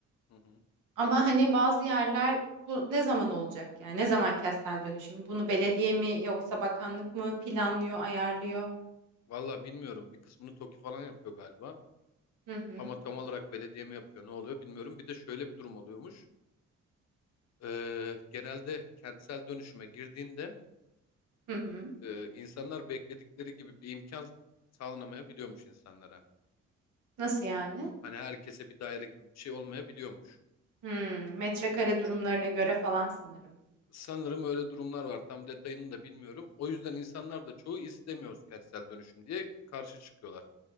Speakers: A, on the left (about 60°); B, on the right (about 85°).
A: hı hı.
B: Ama hani bazı yerler bu ne zaman olacak yani? Ne zaman kentsel dönüşüm? Bunu belediye mi yoksa bakanlık mı planlıyor, ayarlıyor?
A: Valla bilmiyorum. Bir kısmını TOKİ falan yapıyor galiba.
B: Hı hı.
A: Ama tam olarak belediye mi yapıyor ne oluyor bilmiyorum. Bir de şöyle bir durum oluyormuş. Ee, genelde kentsel dönüşüme girdiğinde
B: Hı hı.
A: e, insanlar bekledikleri gibi bir imkan sağlanamayabiliyormuş insanlara.
B: Nasıl yani?
A: Hani herkese bir daire gibi bir şey olmayabiliyormuş.
B: Hmm, metrekare durumlarına göre falan sanırım.
A: Sanırım öyle durumlar var. Tam detayını da bilmiyorum. O yüzden insanlar da çoğu istemiyoruz kentsel dönüşüm diye karşı çıkıyorlar.